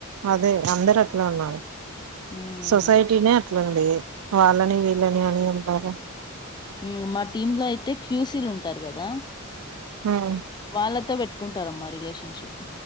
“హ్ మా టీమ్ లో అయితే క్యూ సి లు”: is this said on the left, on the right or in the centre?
Left